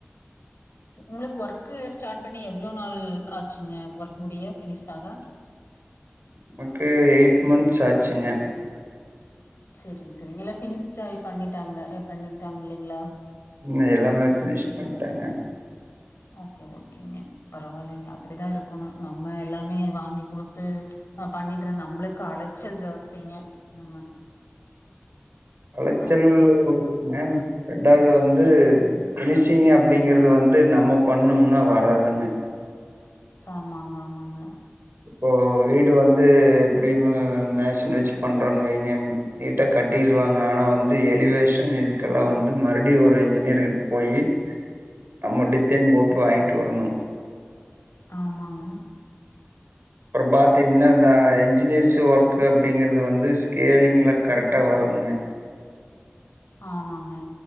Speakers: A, on the left; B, on the right.
A: உங்களுக்கு ஒர்க்கு ஸ்டார்ட் பண்ணி எவ்ளோ நாள் ஆச்சுங்க ஒர்க் முடிய ஃபினிஷ் ஆக
B: நமக்கு எயிட் மன்த்ஸ் ஆச்சுங்க
A: சரிங்க சரிங்க எல்லா ஃபினிஷ்ட்டாய் பண்ணிட்டாங்க ஏ பண்ணிட்டாங்க இல்லைங்ளா
B: இன்னு எல்லாமே ஃபினிஷ் பண்ட்டாங்க
A: ஓகே ஓகேங்க பரவாலைங்க அப்படிதா இருக்கணு நம்ம எல்லாமே வாங்கி குடுத்து அ பண்ணிட்ற நம்ளுக்கு அலச்சல் ஜாஸ்திங்க நம்ம
B: அலச்சல்
A: அவங்ககிட்டயும்
B: வரு மேம் ரெண்டாவது வந்து
A: சரி.
B: ஃபினிஷிங் அப்டிங்றது வந்து நம்ம பண்ணும்னா வராதுங்க
A: ஆமாங்க ஆமாங்க
B: இப்போ வீடு வந்து எப்டிமு மேஷன் வச்சு பண்றோன் வைங்க நீட்டா கட்டிருவாங்க ஆனா வந்து எலிவேஷன் இதுக்கெல்லா வந்து மறுடியு ஒரு என்ஜினியர் கிட்ட போயி நம்ம டிசைன் போட்டு வாங்கிட்டு வரணு
A: ஆமாங்க
B: அப்றோ பாத்தீங்னா இந்த என்ஜினியர்ஸ் ஒர்க்கு அப்டிங்றது வந்து ஸ்கேலிங்க்லா கரெக்ட்டா வரும்ங்க
A: ஆமாங்க